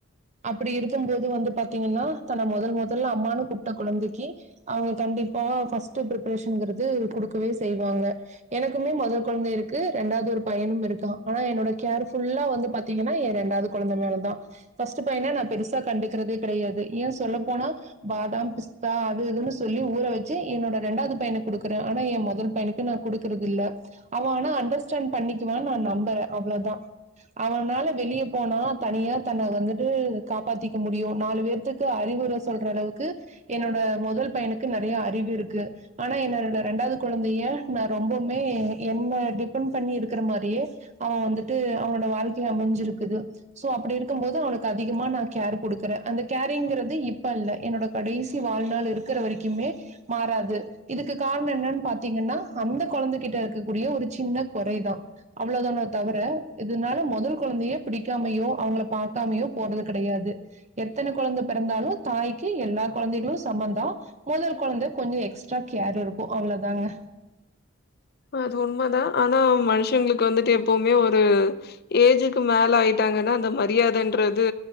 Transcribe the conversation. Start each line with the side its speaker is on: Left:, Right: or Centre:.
Right: அப்டி இருக்கு போது வந்து பாத்தீங்கன்னா தன்ன மொதல் மொதல்ல அம்மானு கூப்ட்ட கொழந்தைக்கி அவுங்க கண்டிப்பா ஃபர்ஸ்ட்டு ப்ரிப்ரேஷன்ங்கறது குடுக்கவே செய்வாங்க எனக்குமே மொதல் கொழந்தை இருக்கு ரெண்டாது ஒரு பையனும் இருக்கான் ஆனா என்னோட கேர் ஃபுல்லா வந்து பத் தீங்கனா எ ரெண்டாது கொழந்த மேல தான ஃபஸ்ட்டு பையன நா பெருசா கண்டுகறதே கடையாது ஏன் சொ சொல்ல போனா பாதாம் பிஸ்தா அது இதுன்னு சொல்லி ஊற வச்சு என்னோட ரெண்டாது பையனுக் குடுக்குறே ஆனா எ மொதல் பையனுக் ன்ன நா குடுக்குறது இல்ல அவன் ஆனா அண்டர்ஸ்டாண்ட் பண்ணிக்குவான் நா நம்புறே அவ்ளோதா அவனால வெளிய போனா தனியா தன்ன வந்துட்டு காப்பாத்திக்க முடியு நாலு பேர்த்க் கு அறிவுர சொல்ற அளவுக்கு என்னோட மொதல் பையனுக்கு நெறைய அறிவு இருக்கு ஆனா என்னோட இந்த ரெண்டாது கொழந்தைய நா ரொம்பவுமே என்ன டிபெண்ட் பண்ணி இருக்கற மாரியே அவன் வந்துட்டு அவனோட வாழ்க்கைய அமஞ்சிருக்குது சோ அப்டி இருக்கும் போது அவனுக்கு அதிகமா நா கேர் குடுக்குறே அந்த கேர் ங்கிறது இப்ப இல்ல என்னோட கடைசி வாழ்நாள் இருக்கற வரைக்குமே மாறாது இதுக்கு காரணம் என்னானு பாத்தீங்கன்னா அந்த கொழந்தகிட்ட இருக்கக்கூடிய ஒரு சின்ன கொறைதா அவ்ளோதான தவர இதனால மொதல் கொழந்தயே புடிக்காமையோ அவங்கள பாக்காமையோ போறது கெடையாது எத்தன கொழந்த பெறந்தாலு தாய்க்கி எல்லா கொழந்தைகளு சமந்தா மொதல் கொழந்த கொஞ்சோ எக்ஸ்ட்ரா கேர் இருக்கு அவ்ளோதாங்க
Left: அது உண்ம தா ஆனா மனுஷங்களுக்கு வந்துட்டு எப்பவுமே ஒரு ஏஜுக்கு மேல ஆயிட்டாங்கன்னா அந்த மரியாதன்றது